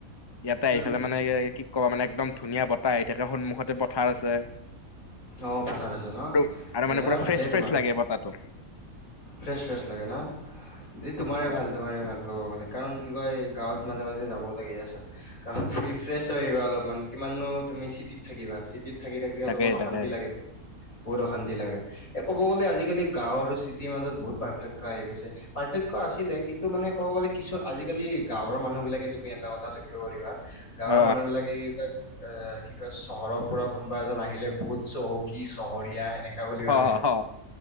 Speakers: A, on the left; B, on the left.
A: ইয়াতে আহি
B: অ' উম।
A: পেলাই মানে কি কম মানে একদম ধুনীয়া বতাহ আহি থাকে সন্মুখতে পথাৰ আছে
B: অ পথাৰ আছে ন
A: আৰু আৰু মানে
B: দিয়া
A: পুৰা
B: ভালেই
A: ফ্ৰেছ ফ্ৰেছ
B: তোমাৰ
A: লাগে বতাহটো।
B: ফ্ৰেছ ফ্ৰেছ লাগে ন দে তোমাৰে ভাল তোমাৰে ভাল ক'ব গ'লে কাৰণ কি কয় গাঁৱত মাজে মাজে যাব লাগে কাৰণ তুমি ফ্ৰেছ হৈ আহিবা অলপমান কিমাননো তুমি চিটিত থাকিবা চিটিত থাকি থাকি
A: তাকে
B: অলপমান অশান্তি
A: তাকে
B: লাগে টো বহুত অশান্তি লাগে এ ক'ব গ'লে আজিকালি গাঁও আৰু চিটিৰ মাজত বহুত পাৰ্থক্য আহি গৈছে পাৰ্থক্য আছিলে কিন্তু মানে ক'ব গ'লে কিছু আজিকালি গাঁৱৰ মানুহ বিলাকে তুমি এটা কথা লক্ষ্য কৰিবা গাঁৱৰ
A: অ
B: মানুহ বিলাকে কি কয় এ কি কয় চহৰৰ পৰা কোনোবা এজন আহিলে বহুত চহকী চহৰীয়া সেনেক বুলি ভাবে।
A: অ অ